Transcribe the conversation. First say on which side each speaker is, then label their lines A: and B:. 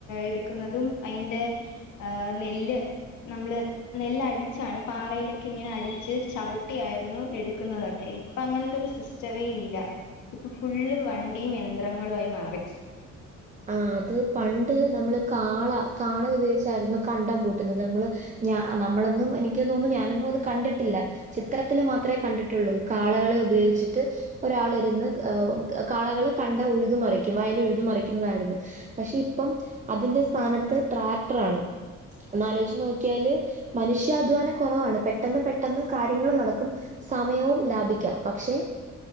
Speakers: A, on the left; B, on the right.
A: എടുക്കുന്നതും അതിന്റെ നെല്ല് നമ്മള് നെല്ല് അ ടിച്ചാണ് പാറയിലൊക്കെ ഇങ്ങനെ അടിച്ച് ചവിട്ടിയായിരുന്നു എടു ക്കുന്നതൊക്കെ ഇപ്പൊ അങ്ങനത്തെ ഒരു സിസ്റ്റമേ ഇല്ല ഇപ്പൊ ഫുള്ള് വണ്ടിയും യന്ത്രങ്ങളും ആയി മാറി
B: ആ അത് പണ്ട് നമ്മള് കാള കാള ഉപയോഗിച്ചായിരുന്നു കണ്ടം പൂട്ടുന്നത് നമ്മള് ഞ നമ്മളൊന്നും എനിക്ക് തോന്നുന്നു ഞാനൊന്നും അത് കണ്ടിട്ടില്ല ചിത്രത്തിൽ മാത്രമേ കണ്ടിട്ടുള്ളൂ കാളകളെ ഉപയോഗിച്ചിട്ട് ഒരാൾ ഇരുന്ന് കാളകള് കണ്ടം ഉഴുത മറിക്കും വയൽ ഉഴുതു മറി ക്കുന്നതായിരുന്നു പക്ഷെ ഇപ്പം അതിന്റെ സ്ഥാനത്ത് ട്രാക്ടർ ആണ് ഒന്നാലോചിച്ച് നോക്കിയാല് മനുഷ്യാധ്വാനം കുറവാണ് പെട്ടെന്ന് പെട്ടെന്ന് കാര്യങ്ങൾ നടക്കും സമയവും ലാഭിക്കാം പക്ഷെ